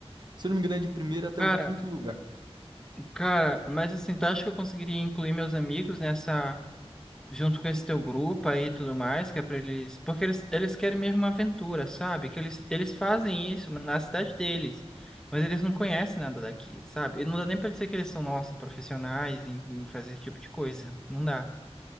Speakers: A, on the right (about 45°); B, in the centre.
A: se eu não me engano, é de primeiro até
B: Cara,
A: o quinto lugar.
B: cara, mas assim, tu acha que eu conseguiria incluir meus amigos nessa junto com esse teu grupo aí e tudo mais, que é pra eles. Porque eles, eles querem mesmo uma aventura, sabe? Que eles, eles fazem isso na cidade deles, mas eles não conhecem nada daqui, sabe? E não dá nem pra dizer que eles são, nossa, profissionais em, em fazer esse tipo de coisa. <laughs> Não dá.